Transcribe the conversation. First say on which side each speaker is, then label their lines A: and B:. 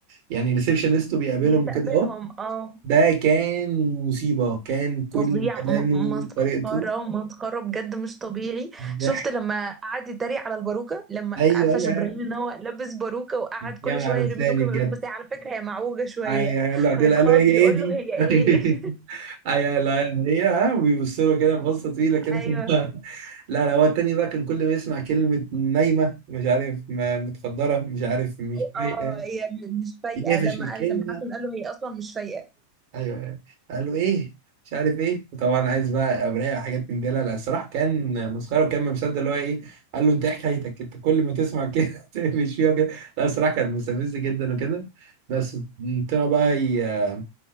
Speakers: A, on the right (about 55°); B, on the right (about 20°).
A: يعني ريسبشنست بيقابلهم
B: بيستقبلهم
A: كده اهو
B: اه
A: ده كان مصيبه كان كل
B: فظيع
A: كلامه
B: م-
A: وطريقته
B: مسخرة مسخرة بجد مش طبيعي شفت
A: ضحك
B: لما قعد يتريق على الباروكة لما
A: ايوه
B: قفش
A: ايوه
B: ابراهيم
A: أيوة.
B: ان هو لابس باروكة وقعد كل
A: يا نهار
B: شوية
A: لساني
B: يرمي له كلمة
A: بجد
B: يقول بس هي على فكرة هي معوجة شوية
A: ايوه يلا عدل
B: فيتخض
A: قالوا هي
B: يقول
A: ايه دي
B: له هي
A: <laughs>
B: ايه <laughs>
A: ايوه لا هي ها بيبصوا له كده بصه طويله كده
B: ايوه
A: <laughs> لا لا هو التاني بقى كان كل ما يسمع كلمه نايمه مش عارف ما- متخدره مش عارف مش
B: اه
A: فايقه
B: هي م- مش فايقة
A: يقفش
B: لما
A: في الكلمه
B: قال لما حسن قال له هي اصلا مش فايقة
A: ايوه أيوة. قال له ايه مش عارف ايه وطبعا عايز بقى اوراق وحاجات من دي لا لا الصراحه كان مسخره وكان ما مصدق اللي هو ايه قال له انت ايه حكايتك انت كل ما تسمع كده <laughs> تقفش فيها وكده لا الصراحه كان مستفز جدا وكده بس طلعوا بقى ي-